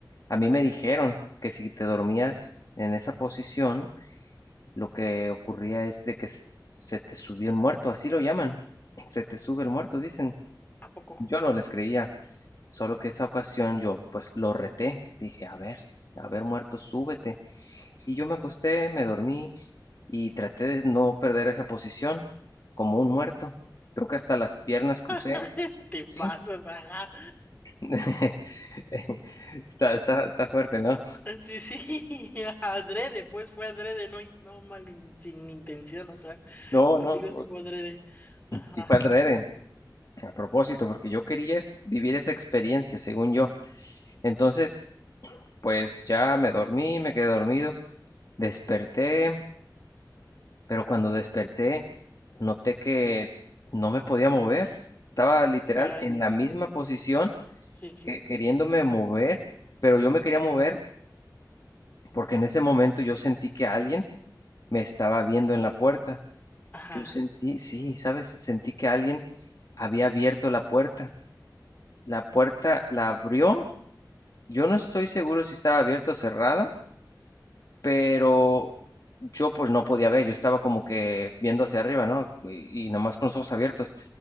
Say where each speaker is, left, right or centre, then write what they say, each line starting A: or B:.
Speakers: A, on the left (about 50°); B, on the left (about 20°).
A: A mí me dijeron que si te dormías en esa posición, lo que ocurría es de que s- se te subió un muerto, así lo llaman, se te sube el muerto, dicen.
B: ¿A poco?
A: Yo no les creía, solo que esa ocasión yo pues lo reté, dije, a ver, a ver muerto, súbete. Y yo me acosté, me dormí y traté de no perder esa posición como un muerto. Creo que hasta las piernas crucé.
B: <laughs> Te
A: Sí,
B: pasas, ajá.
A: <laughs> está, está, está fuerte, ¿no?
B: Ah, Sí, sí, <laughs> adrede, pues fue adrede, no, in- no mal, in- sin intención, o sea,
A: No,
B: contigo
A: no,
B: sí fue adrede. Ajá,
A: y fue al adrede, a propósito, porque yo quería es- vivir esa experiencia, según yo. Entonces, Pues ya me dormí, me quedé dormido, desperté, pero cuando desperté noté que no me podía mover. Estaba literal
B: caray,
A: en la misma posición
B: sí, sí,
A: que- queriéndome mover, pero yo me quería mover porque en ese momento yo sentí que alguien me estaba viendo en la puerta.
B: ajá.
A: Yo sentí, sí, sabes, sentí que alguien había abierto la puerta. La puerta la abrió. Yo no estoy seguro si estaba abierta o cerrada pero yo pues no podía ver, yo estaba como que viendo hacia arriba, ¿no? Y, y nada más con los ojos abiertos.